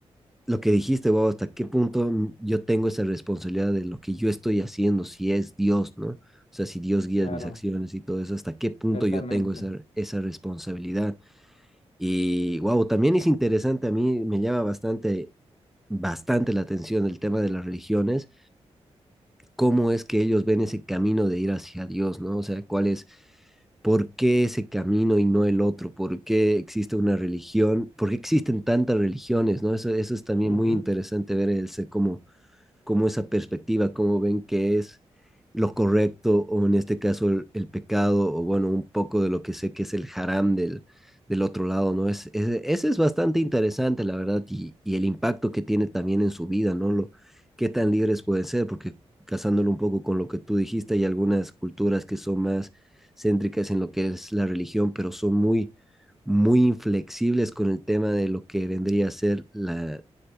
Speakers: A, in the centre; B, on the left.
A: lo que dijiste, wow, hasta qué punto mm, yo tengo esa responsabilidad de lo que yo estoy haciendo, si es Dios, ¿no? O sea, si Dios guía
B: claro,
A: mis acciones y todo eso, hasta qué punto
B: exactamente.
A: yo tengo esa, esa responsabilidad. Y wow, también es interesante, a mí me llama bastante, bastante la atención el tema de las religiones, cómo es que ellos ven ese camino de ir hacia Dios, ¿no? O sea, cuál es, por qué ese camino y no el otro, por qué existe una religión, por qué existen tantas religiones, ¿no? Eso, eso es también
B: Ujú,
A: muy interesante ver ese, cómo como esa perspectiva, cómo ven que es lo correcto o en este caso el, el, pecado o bueno, un poco de lo que sé que es el haram del, del otro lado, ¿no? Es, es, ese es bastante interesante, la verdad, y, y, el impacto que tiene también en su vida, ¿no? Lo, qué tan libres pueden ser, porque casándolo un poco con lo que tú dijiste, hay algunas culturas que son más céntricas en lo que es la religión, pero son muy, muy inflexibles con el tema de lo que vendría a ser la,